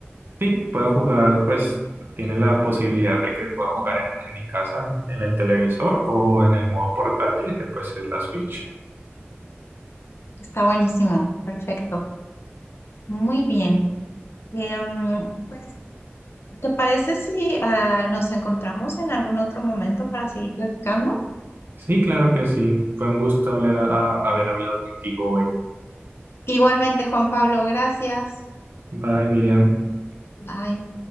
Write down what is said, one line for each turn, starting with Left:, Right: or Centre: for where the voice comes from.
Right: Sí, puedo jugar, pues tiene la posibilidad de que pueda jugar en, en mi casa, en el televisor o en el modo portátil, que pues es la Switch.
Left: Está buenísimo. Perfecto. Muy bien. Em, pues, ¿te parece si ah, nos encontramos en algún otro momento para seguir platicando?
Right: Sí, claro que sí. Fue un gusto hablar a- a- haber hablado contigo hoy.
Left: Igualmente, Juan Pablo, gracias.
Right: Bye, Miriam.
Left: Bye.